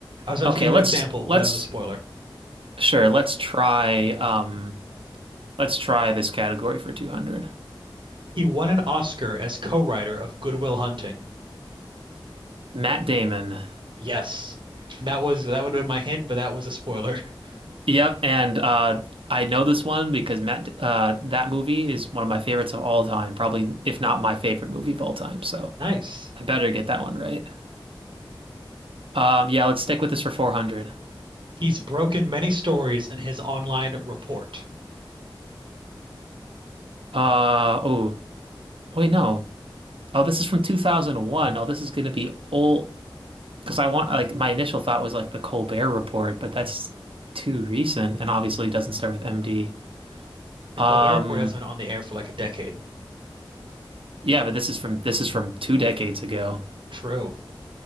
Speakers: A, on the right; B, on the right.
A: I was about
B: Okay,
A: to give
B: let's
A: an example,
B: let's
A: but that was a spoiler.
B: sure, let's try um let's try this category for 200.
A: He won an Oscar as co-writer of Goodwill Hunting.
B: Matt Damon.
A: Yes. And that was that would have been my hint, but that was a spoiler. <laughs>
B: Yep, and uh, I know this one because Matt, uh, that movie is one of my favorites of all time, probably if not my favorite movie of all time. So
A: Nice.
B: I better get that one right. Um, yeah, let's stick with this for 400.
A: He's broken many stories in his online report.
B: Uh, oh, wait, no. Oh, this is from 2001. Oh, this is gonna be old because I want like my initial thought was like the Colbert Report, but that's too recent and obviously doesn't start with MD.
A: The
B: Um,
A: Colbert Report hasn't been on the air for like a decade.
B: yeah, but this is from this is from two decades ago,
A: True.